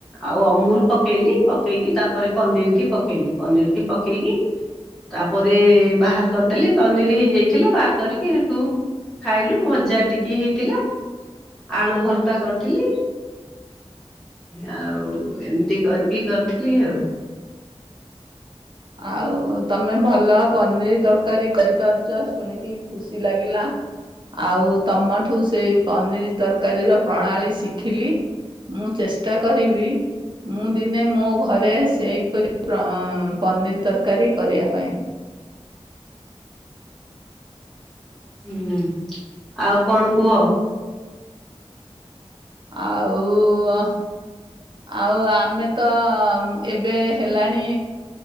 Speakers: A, in the centre; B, on the right.
A: ଆଉ ଅମୁଲ୍ ପକେଇଲି। ପକେଇକି ତାପରେ ପନିର୍ କି ପକେଇଲି। ପନିର୍ କି ପକେଇକି ତାପରେ ବାହାର କରିଦେଲି। ପନିରି ହେଇଯାଇଥିଲା ବାହାର କରିକି ହେଠୁ ଖାଇଲୁ ଭଜା ଟିକେ ହେଇଥିଲା, ଆଳୁ ଭର୍ତା କରିଥିଲି ଆଉ ଏମିତି କରିକି କରିଥିଲି ଆଉ।
B: ଆଉ ତମେ ଭଲ ପନିରି ତରକାରୀ କରିପାରୁଛ ଶୁଣିକି ଖୁସି ଲାଗିଲା। ଆଉ ତମଠୁ ସେଇ ପନିର୍ ତରକାରୀର ପ୍ରଣାଳୀ ଶିଖିଲି। ମୁଁ ଚେଷ୍ଟା କରିବି, ମୁଁ ଦିନେ ମୋ ଘରେ ସେହିପରି ପନିର୍ ତରକାରୀ କରିବା ପାଇଁ।
A: ହୁଁ। ଆଉ କଣ କୁହ?
B: ଆଉ ଅ ଆଉ ଆମେ ତ ଏବେ ହେଲାଣି